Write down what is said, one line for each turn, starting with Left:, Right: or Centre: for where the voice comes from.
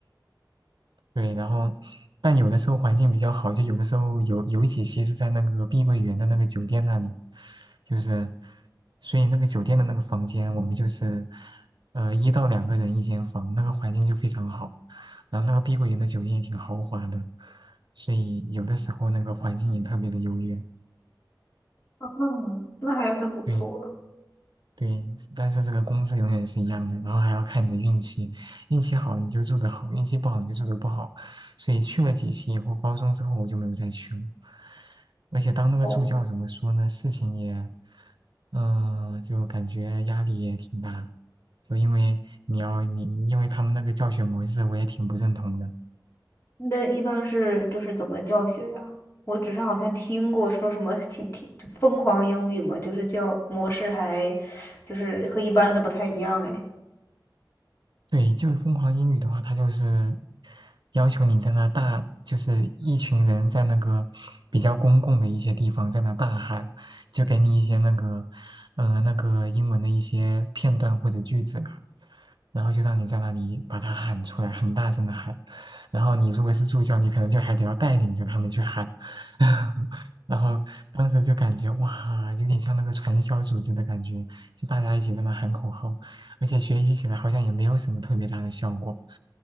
Right: 对，然后但有的时候环境比较好，就有的时候有有几期是在那个碧桂园的那个酒店那里，就是所以那个酒店的那个房间，我们就是呃一到两个人一间房，那个环境就非常好，然后那个碧桂园的酒店也挺豪华的，所以有的时候那个环境也特别的优越。
Left: 嗯，那还很不错。
Right: 对。对，但是这个工资永远是一样的，然后还要看你的运气，运气好你就做得好，运气不好你就做得不好。所以去了几期以后，高中之后我就没有再去了。而且当那个助教怎么说呢，
Left: 哦。
Right: 事情也，嗯、就感觉压力也挺大，就因为你要你因为他们那个教学模式我也挺不认同的。
Left: 那一般是就是怎么教学呀？我只是好像听过说什么挺挺就疯狂英语嘛，就是教模式还就是和一般的不太一样哎。
Right: 对，就疯狂英语的话，它就是要求你在那大，就是一群人在那个比较公共的一些地方在那大喊，就给你一些那个，呃，那个英文的一些片段或者句子啊，然后就让你在那里把它喊出来，很大声的喊，然后你如果是助教，你可能就还得要带领着他们去喊，<laughs> 然后当时就感觉哇，有点像那个传销组织的感觉，就大家一起在那喊口号。而且学习起来好像也没有什么特别大的效果。